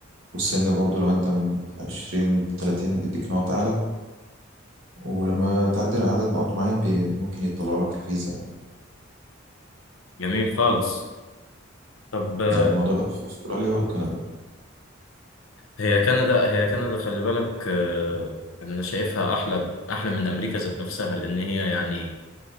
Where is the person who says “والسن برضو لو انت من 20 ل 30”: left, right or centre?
Right